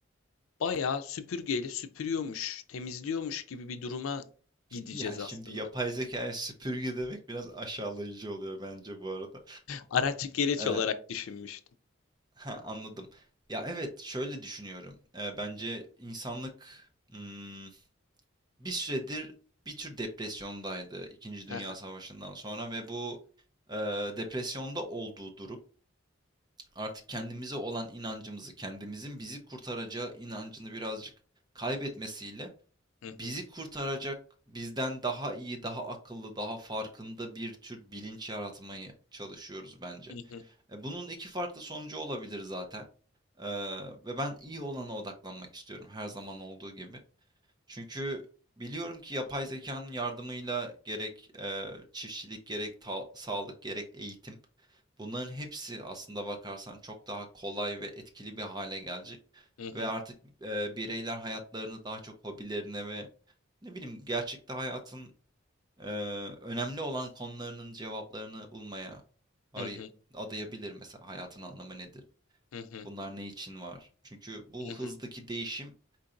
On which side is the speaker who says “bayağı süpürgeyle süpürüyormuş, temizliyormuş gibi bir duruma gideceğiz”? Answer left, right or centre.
Left